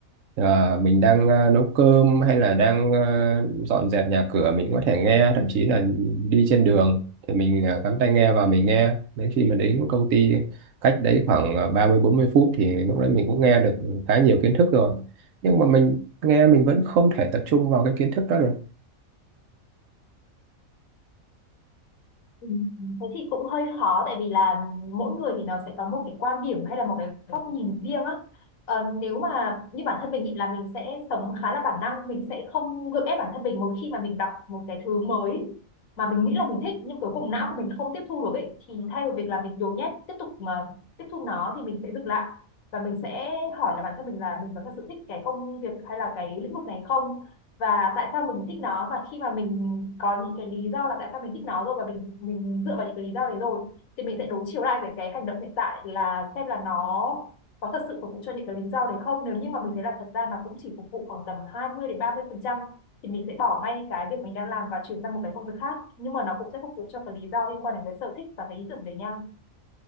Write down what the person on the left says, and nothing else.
Ừ, Thế thì cũng hơi khó tại vì là mỗi người thì nó sẽ có một cái quan điểm hay là một cái góc nhìn riêng á. Ờ, nếu mà như bản thân mình thì là mình sẽ sống khá là bản năng, mình sẽ không gượng ép bản thân mình một khi mà mình đọc một cái thứ mới mà mình nghĩ là mình thích nhưng cuối cùng não của mình không tiếp thu được ấy thì thay vì việc là mình nhồi nhét tiếp tục mà tiếp thu nó thì mình sẽ dừng lại và mình sẽ hỏi là bản thân mình là mình có thật sự thích cái công việc hay là cái lĩnh vực này không và tại sao mình thích nó và khi mà mình có những cái lý do là tại sao mình thích nó rồi và mình mình dựa vào những cái lý do đấy rồi thì mình sẽ đối chiếu lại về cái hành động hiện tại là xem là nó có thật sự phục vụ cho những cái lý do đấy không nếu như mà mình thấy là thật ra nó cũng chỉ phục vụ khoảng tầm 20 đến 30 phần trăm thì mình sẽ bỏ ngay cái việc mình đang làm và chuyển sang một cái công việc khác nhưng mà nó cũng sẽ phục vụ cho cái lý do liên quan đến cái sở thích và cái ý tưởng đấy nha